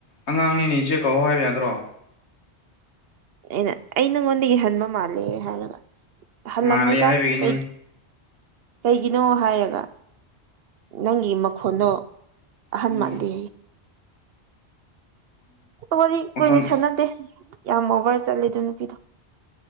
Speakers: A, on the left (about 85°); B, on the right (about 65°).
A: ꯑꯉꯥꯡꯅꯤꯅꯤ ꯏꯆꯦ ꯀꯧꯣ ꯍꯥꯏꯕ ꯌꯥꯗ꯭ꯔꯣ
B: ꯑꯩꯅ ꯑꯩ ꯅꯪꯉꯣꯟꯗꯒꯤ ꯍꯟꯕ ꯃꯥꯜꯂꯦ ꯍꯥꯏꯔꯒ ꯍꯜꯂꯝꯃꯣꯏꯗ
A: ꯃꯥꯜꯂꯤ ꯍꯥꯏꯕꯒꯤꯅꯤ
B: ꯀ ꯀꯩꯒꯤꯅꯣ ꯍꯥꯏꯔꯒ ꯅꯪꯒꯤ ꯃꯈꯣꯟꯗꯣ ꯑꯍꯟꯃꯥꯟꯗ
A: ꯎꯝ
B: ꯋꯥꯔꯤ
A: ꯃꯈꯣꯟ
B: ꯀꯨꯏꯅ ꯁꯥꯟꯅꯗꯦ ꯌꯥꯝ ꯑꯣꯚꯔ ꯆꯠꯂꯦꯗ ꯅꯨꯄꯤꯗꯣ